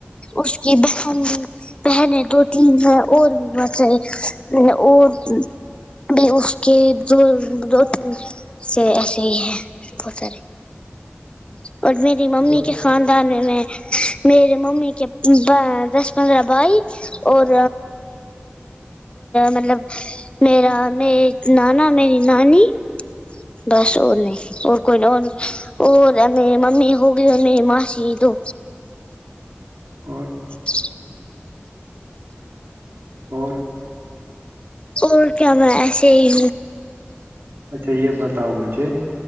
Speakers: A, on the left (about 25°); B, on the right (about 70°).
A: اس کی بہن بھی بہن دو تین ہیں اور بھی ب چاہ اور بھی اس کے دو دو تین سے ایسے ہی ہیں بہت سارے اور میری ممی
B: ہ
A: کے خاندان میں میرے ممی کے دس پندرہ بھائی اور مطلب میرا میں نانا میری نانی بس وہ نے کوئی نہ اور اور ای ممی ہوگئی ا ماسی دو
B: اور
A: ج
B: اور
A: اور کیا میں ایسے ہی
B: اچھا یہ بتاؤ مجھے